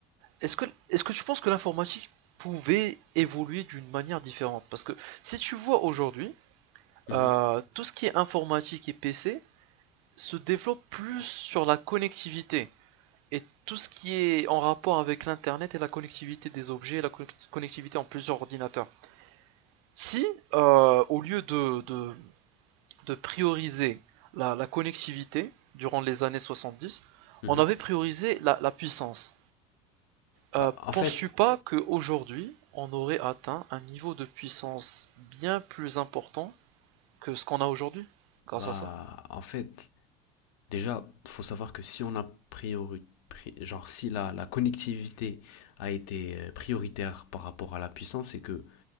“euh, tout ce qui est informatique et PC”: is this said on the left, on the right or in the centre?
Right